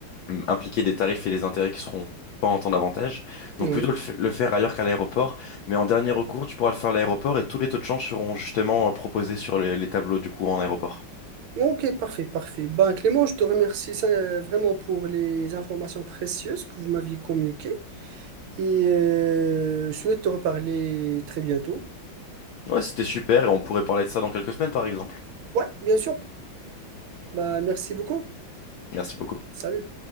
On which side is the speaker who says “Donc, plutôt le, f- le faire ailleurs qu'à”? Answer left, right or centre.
Left